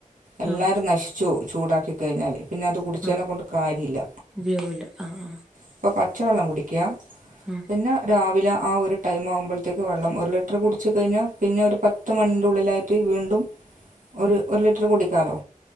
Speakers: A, on the right; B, in the centre.
A: എല്ലാരും
B: ആഹ്
A: നശിച്ചു ചൂടാക്കി കഴിഞ്ഞാൽ. പിന്നെ അത് കുടിച്ചേനെ
B: ആഹ്
A: കൊണ്ട് കാര്യല്ല
B: ഉപയോഗമില്ല ആഹ് ആഹ്
A: അപ്പൊ പച്ചവെള്ളം കുടിക്ക.
B: ആഹ
A: പിന്നെ രാവില ആ ഒരു ടൈം ആകുമ്പഴത്തേക്ക് വെള്ളം ഒരു ലിറ്റർ കുടിച്ച് കഴിഞ്ഞാൽ പിന്നെ ഒരു പത്ത് മണിൻ്റെ ഉള്ളിലായിട്ട് വീണ്ടും
B: <inaudible>
A: ഒരു ഒരു ലിറ്റർ കുടിക്കാലോ?